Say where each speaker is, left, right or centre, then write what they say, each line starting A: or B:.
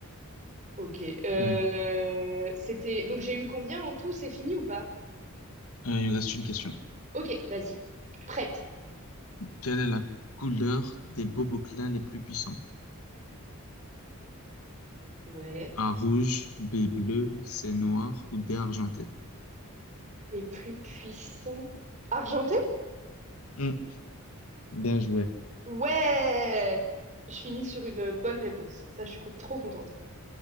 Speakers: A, on the right; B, on the left.
A: Ok. Euh,
B: Euh,
A: c'était donc j'ai eu combien en tout? C'est fini ou pas?
B: euh, il me reste une question.
A: Ok, vas-y. Prête.
B: Quelle est la couleur des boboclins les plus puissants?
A: Ouais.
B: A rouge, B bleu, C noir ou D argenté?
A: Les plus puissants. Argenté?
B: Hmm, bien joué.
A: Ouais. Je finis sur une bonne réponse. Ça, je suis co- trop contente.